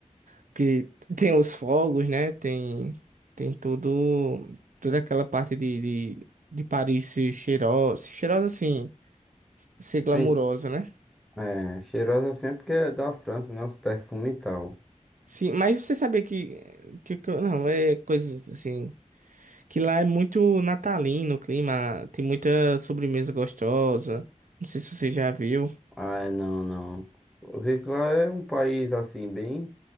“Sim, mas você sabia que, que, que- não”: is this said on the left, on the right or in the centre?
Right